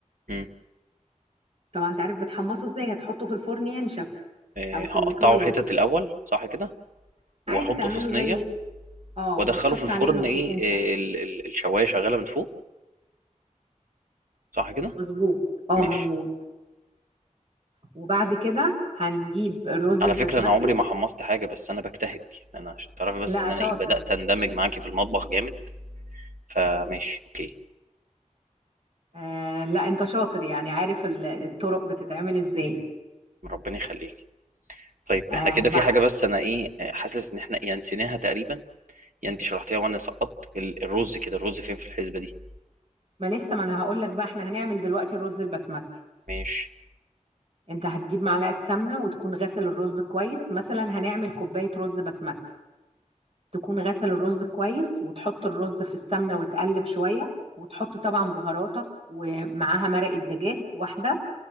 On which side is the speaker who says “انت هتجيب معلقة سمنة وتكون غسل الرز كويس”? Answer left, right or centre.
Right